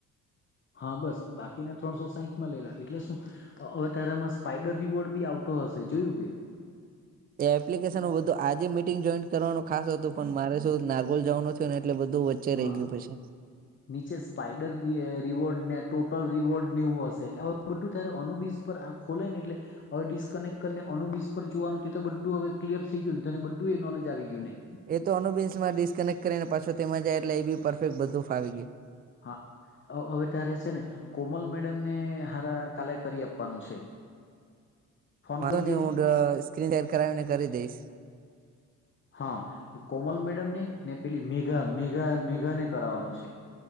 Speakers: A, on the left; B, on the right.
A: હા બસ બાકીને ત્રણસો સાહીઠ માં લઈ લે એટલે શું હવે ત્યારે એમાં સ્પાઈડર રિવોર્ડ બી આવતો હશે જોયું કે
B: એ એપ્લિકેશન બધું આજે મિટિંગ જોઈન કરવાનું ખાસ હતું પણ મારે શું નાગોલ જવાનું ને એટલે બધું રય
A: હા
B: ગયું પછી
A: નીચે સ્પાઈડર રીએ રિવોર્ડ ને ટોટલ રિવોર્ડ નેવું હશે બધું તારે અનુબીજ પર આ ખોલાય ને એટલે હવે ડિસકનેક્ટ કરીને અનુબીસ પર જોવાનું તો બધું હવે ક્લિયર થઈ ગયું તેને બધું એ નોલેજ આવી ગયું ને
B: એ તો અનુબીન્સમાં ડિસ્કનેક્ટ કરી ને પાછો તેમાં જાય એટલે એ બી પરફેક્ટ બધું ફાવી ગયે
A: હા હવે ત્યારે છે ને કોમલ મેડમને હારા કાલે કરી આપવાનું છે ફોન
B: મારાને
A: કરજે
B: <unintelligible> હું
A: ની
B: સ્ક્રીન ત કરાવીને કરી દઈશ
A: હા એ કોમલ મેડમને ને પેલી મેઘા મેઘા મેઘાને કરાવાનું છે